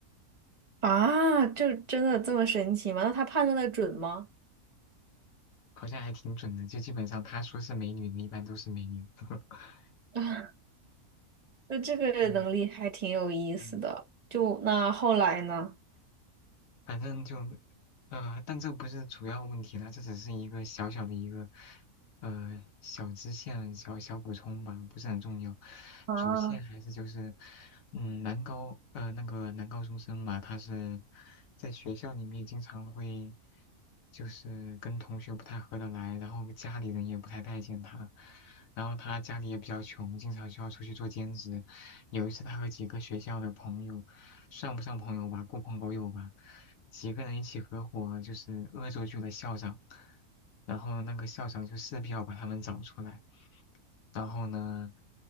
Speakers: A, on the right; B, on the left.
A: 啊，就真的这么神奇吗？那他判断的准吗？
B: 好像还挺准的，就基本上他说是美女的，一般都是美女。<laughs>
A: <laughs> 啊，那这个能力还挺有意思的。
B: 嗯嗯。
A: 就那后来呢？
B: 反正就，呃，但这不是主要问题啦，这只是一个小小的一个，呃，小支线、小小补充吧，不是很重要。
A: 啊，
B: 主线还是就是，嗯，男高，呃，那个男高中生嘛，他是在学校里面经常会，就是跟同学不太合得来，然后家里人也不太待见他，然后他家里也比较穷，经常需要出去做兼职，有一次他和几个学校的朋友，算不上朋友吧，狐朋狗友吧，几个人一起合伙就是恶作剧了校长，然后那个校长就势必要把他们找出来，然后呢，